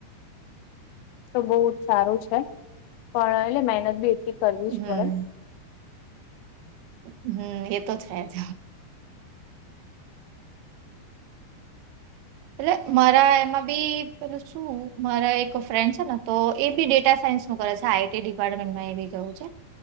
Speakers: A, on the left; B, on the right.
A: તો બહુ જ સારું છે, પણ એટલે મહેનત બી એટલી કરવી જ
B: હમ
A: પડે.
B: હમ, એતો છે જ. એટલે મારા એમાં બી પેલું શું? મારા એક ફ્રેન્ડ છે ને. તો એ બી ડેટા સાયન્સ નું કરે છે, આઈટી ડિપાર્ટમેન્ટમાં એ બી ગયું છે.